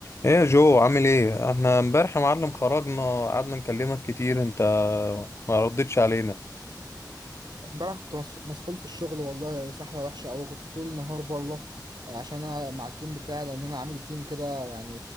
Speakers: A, on the left; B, on the right.
A: ايه يا جو عامل ايه احنا امبارح يا معلم خرجنا قعدنا نكلمك كتير انت ما ردتش علينا
B: امبارح كنت مسح- مسحول في الشغل والله سحلة وحشة أوي كنت طول النهار بره عشان أنا مع التيم بتاعي لأن أنا عامل تيم كده يعني